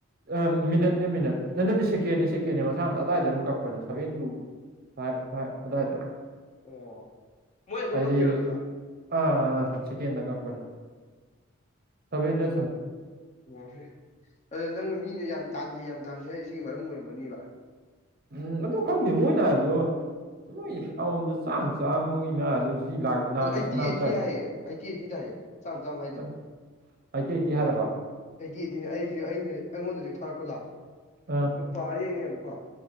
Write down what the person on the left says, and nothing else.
ꯑꯣ ꯃꯣꯏꯅ ꯑꯗꯨꯝ
ꯀꯛꯇꯣꯏꯔꯣ ꯑꯗꯨꯁꯨ ꯑꯣ
ꯑꯣ ꯑꯗꯨꯗ ꯅꯪꯅ ꯃꯤꯅ ꯌꯥꯝ ꯇꯥꯟꯁꯩ ꯌꯥꯝ ꯇꯥꯟꯖꯦ ꯍꯥꯏꯗꯤ ꯁꯤꯒꯤ ꯃꯔꯝ ꯑꯣꯏꯔꯝꯕꯅꯤꯕ
ꯑ ꯑꯩꯠꯇꯤ
ꯑꯩꯠꯇꯤ
ꯍꯥꯏꯌꯦ ꯑꯩꯠꯇꯤ ꯑꯩꯠꯇꯤꯗ ꯍꯥꯏꯌꯦ ꯆꯥꯝ ꯆꯥꯝꯃ ꯍꯥꯏꯗ꯭ꯔꯦ
ꯑꯩꯗꯤ ꯑꯩꯗꯤꯅꯦ ꯑꯩꯁꯨ ꯑꯩꯅ ꯑꯩꯉꯣꯟꯗꯁꯨ ꯊꯥꯔꯛꯄꯗ
ꯅꯨꯨꯄꯥ ꯌꯦꯡꯉꯦꯕꯀꯣ